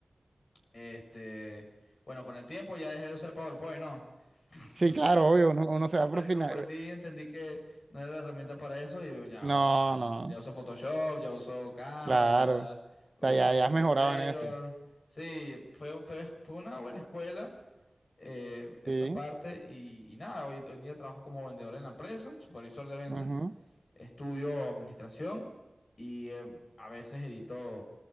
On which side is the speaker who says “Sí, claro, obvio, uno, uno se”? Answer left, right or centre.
Right